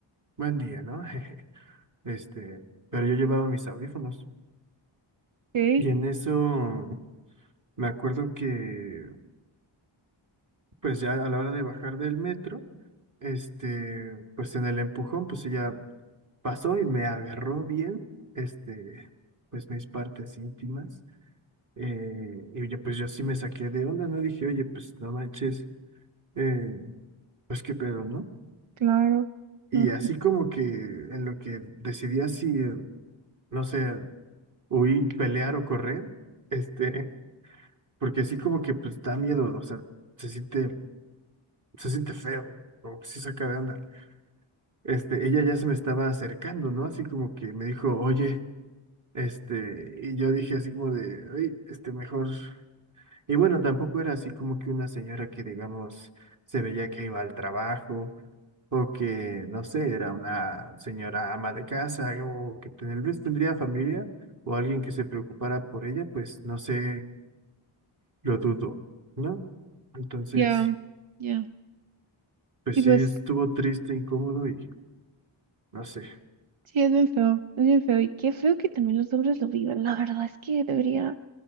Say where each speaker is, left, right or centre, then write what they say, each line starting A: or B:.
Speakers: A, on the right; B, on the right.
A: buen día, ¿no? <laughs> Este, pero yo llevaba mis audífonos.
B: Ok,
A: Y en eso me acuerdo que, pues ya a la hora de bajar del metro, este, pues en el empujón, pues ella pasó y me agarró bien, este, pues mis partes íntimas. eh, y yo, pues yo sí me saqué de onda, ¿no? Dije, oye, pues no manches, eh, pues qué pedo, ¿no?
B: claro.
A: Y
B: Normal.
A: así como que en lo que decidía si, eh, no sé, huir, pelear o correr, este, Porque así como que pues da miedo, o sea, se siente, se siente feo, o sí saca de onda. Este, ella ya se me estaba acercando, ¿no? Así como que me dijo, oye, este, y yo dije así como de, oye, este, mejor. Y bueno, tampoco era así como que una señora que, digamos, se veía que iba al trabajo, o que, no sé, era una señora ama de casa, o que tal vez tendría familia, o alguien que se preocupara por ella, pues no sé, lo dudo, ¿no? Entonces.
B: Ya, ya.
A: Pues
B: Y pues,
A: sí, estuvo triste, incómodo y no sé.
B: sí, es bien feo. Es bien feo. Y qué feo que también los hombres lo vivan. La verdad es que debería.